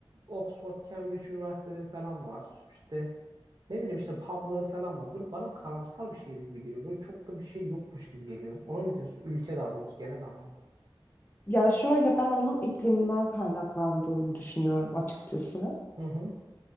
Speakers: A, on the right; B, on the left.
A: Oxford, Cambridge üniversiteleri falan var. İşte ne bileyim işte pubları falan var. Böyle bana karamsar bir şehir gibi geliyor. Böyle çok da bir şey yokmuş gibi geliyor. Ona ne diyorsun? Ülke daha doğrusu genel anlamda.
B: Ya şöyle ben onun ikliminden kaynaklandığını düşünüyorum açıkçası.
A: Hı hı.